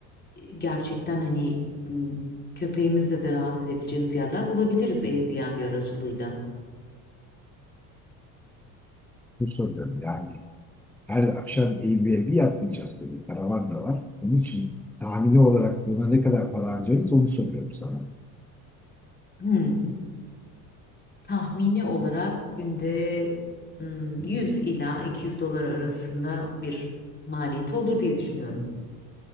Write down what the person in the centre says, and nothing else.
Bu söylüyorum. Yani her akşam Airbnb yapmayacağız tabii. Karavan da var. Onun için tahmini olarak buna ne kadar para harcarız onu soruyorum sana.